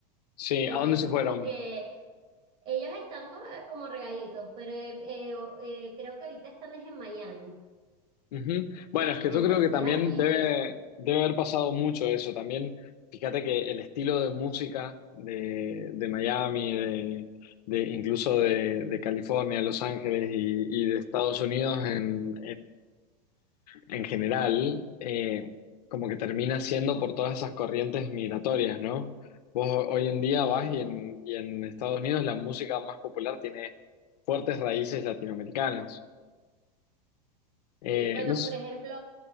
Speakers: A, on the left (about 75°); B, on the right (about 35°).
A: Sí,
B: Entonces,
A: ¿a dónde se fueron?
B: como que ellos están como, como regaditos, pero eh, eh, o- eh, creo que ahorita están es en Miami.
A: Ujú. Bueno, es que
B: Entonces
A: yo creo que también
B: allí,
A: debe, debe haber pasado mucho eso. También, fíjate que el estilo de música de, de Miami, de, de- incluso de, de California, Los Ángeles y, y de Estados Unidos en, en general, eh, como que termina siendo por todas esas corrientes migratorias, ¿no? Vos ho- hoy en día
B: sí,
A: vas y en, y en Estados Unidos la música más popular tiene fuertes raíces latinoamericanas. Eh,
B: sí. Bueno,
A: no sé,
B: por ejemplo,